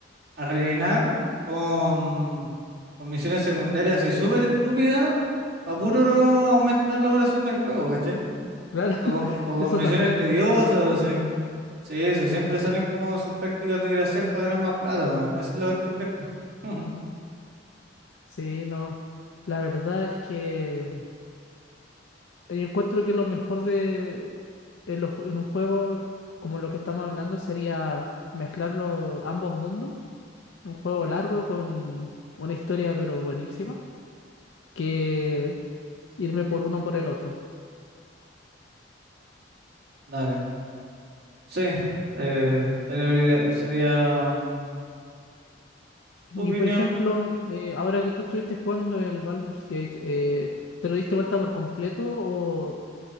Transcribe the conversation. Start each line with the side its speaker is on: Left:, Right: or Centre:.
Right: a rellenar con, con misiones secundarias y súper estúpidas para puro aumentar la duración del juego, ¿cachai?
Left: Claro, <laughs>
Right: O con, o con
Left: eso
Right: misiones
Left: también.
Right: tediosas, así. Sí, sí, siempre salen como con sus prácticas de gracia para ganar más plata, weón. Esa es la cuestión penca. <laughs>
Left: Sí, no. La verdad es que eh, yo encuentro que lo mejor de en, los ju- en un juego como lo que estamos hablando sería mezclar los- ambos mundos. Un juego largo con una historia pero buenísima. Que irme por uno por el otro.
Right: Dale. Sí, eh, sería, lo ide- sería, mm,
Left: Y
Right: tu opinión.
Left: por ejemplo, eh, ahora que tú estuviste jugando el Baldur's Gate, eh, ¿te lo diste vuelta por completo o